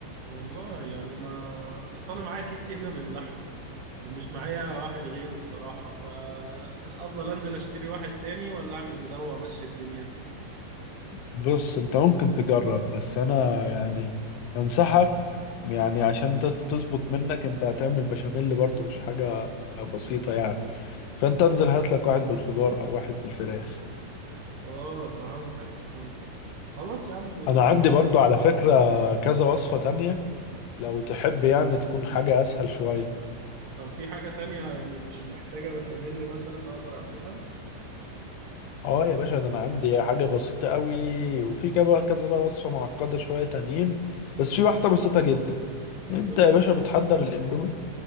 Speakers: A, on the right; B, on the left.
A: والله يعني ما بس انا معايا كيس هنا باللحمه ومش معايا واحد غيره بصراحه فالافضل انزل اشتري واحد تاني ولا اعمل بدوه وامشي الدنيا
B: بص انت ممكن تجرب بس انا يعني انصحك يعني عشان تت- تظبط منك انت هتعمل بشاميل برضه مش حاجة بسيطة يعني فانت انزل هات لك واحد بالخضار او واحد بالفراخ
A: اه فهمتك فهمتك خلاص يا عم بسيطه
B: انا عندي برضه على فكرة كذا وصفة تانية لو تحب يعني تكون حاجة اسهل شوية
A: طب في حاجه تانية يعني مش محتاجه بشاميل مثلا اقدر اعملها
B: اه يا باشا ده انا عندي حاجة بسيطة قوي وفي كذا كذا بقى وصفة معقدة شوية تانيين بس في واحدة بسيطة جدا
A: طب
B: انت
A: قول
B: يا
A: لي حاجه
B: باشا بتحضر
A: كده
B: الاندومي